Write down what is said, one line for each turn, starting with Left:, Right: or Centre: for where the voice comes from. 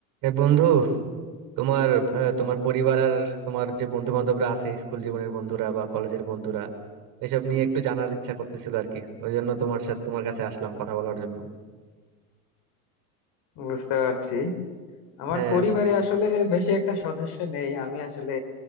Right: এ বন্ধু তোমার আহ, তোমার পরিবার আর তোমার যে বন্ধু বান্ধবরা আছে স্কুল জীবনের বন্ধুরা বা কলেজের বন্ধুরা এসব নিয়ে একটু জানার ইচ্ছা করতেছিল আর কি ওই জন্য তোমার সাথে তোমার কাছে আসলাম কথা বলার জন্য
Left: বুঝতে পারছি আমার
Right: হ্যাঁ
Left: পরিবারে আসলে বেশি একটা সদস্য নেই আমি আসলে